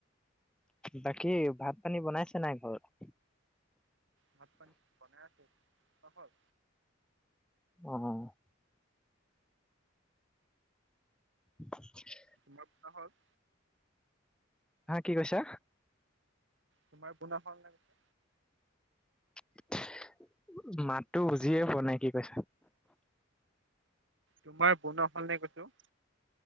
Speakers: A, in the centre; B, on the right.
A: বাকী ভাত পানী বনাইছে নাই ঘৰত
B: ভাত পানী বনাই আছে ন <unintelligible>
A: অ', অ'। <unintelligible>
B: তোমাৰ কি হল
A: হা কি কৈছা।
B: তোমাৰ পুনা সং <unintelligible>
A: <inaudible> মাতটো বুজিয়ে পোৱা নাই কি কৈছা।
B: তোমাৰ বনোৱা হ'ল নে কৈছো।